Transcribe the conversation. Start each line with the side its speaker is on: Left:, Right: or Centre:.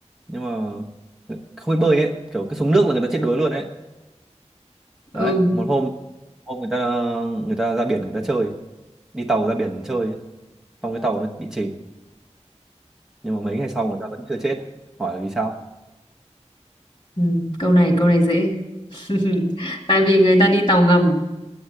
Centre: nhưng mà không biết bơi ấy kiểu cứ xuống nước là người ta chết đuối luôn ấy đấy
Left: Ừ,
Centre: một hôm hôm người ta người ta ra biển người ta chơi đi tàu ra biển chơi xong cái tàu nó bị chìm nhưng mà mấy ngày sau người ta vẫn chưa chết hỏi là vì sao
Left: ừ, câu này, câu này dễ. <laughs> Tại vì người ta đi tàu ngầm.